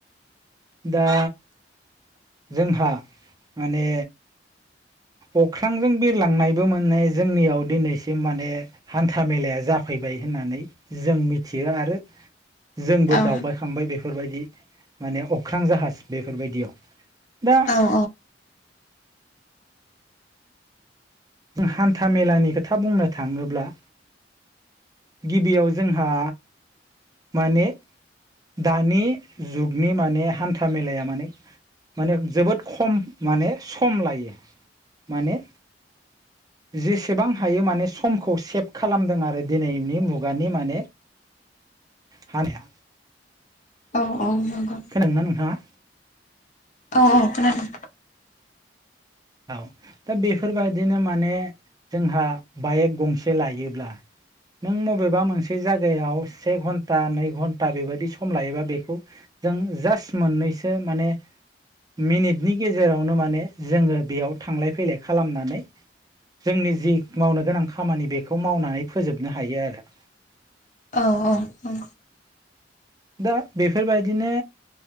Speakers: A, on the right (about 20°); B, on the left (about 40°).
A: दा जोंहा माने अख्रांजों बिरलांनायबो माने जोंनियाव दिनैसिम माने हान्था मेलाया जाफैबाय होननानै जों मिथियो आरो जोंबो
B: औ
A: दावबाय खांबाय बेफोरबायदि माने अख्रां जाहाज बेफोरबायदियाव दा
B: अ
A: हान्था मेलानि खोथा बुंनो थाङोब्ला गिबियाव जोंहा माने दानि जुगनि माने हान्था मेलाया माने माने जोबोद खम माने सम लायो माने जेसेबां हायो माने समखौ सेभ खालामदों आरो दिनैनि मुगानि माने
B: <inaudible>
A: हानाया
B: औ औ नंगौ।
A: खोनादों ना नोंथाङा।
B: औ औ खोनादों।
A: औ। दा बेफोरबायदिनो माने जोंहा बाइक गंसे लायोब्ला नों बबेबा मोनसे जायगायाव से घन्टा नै घन्टा बेबायदि सम लायोबा बेखौ जों जास्ट मोननैसो माने मिनिटनि गेजेरावनो माने जोङो बेयाव थांलाय फैलाय खालामनानै जोंनि जि मावनो गोनां खामानि बेखौ मावनानै फोजोबनो हायो आरो।
B: औ औ औ।
A: दा बेफोरबायदिनो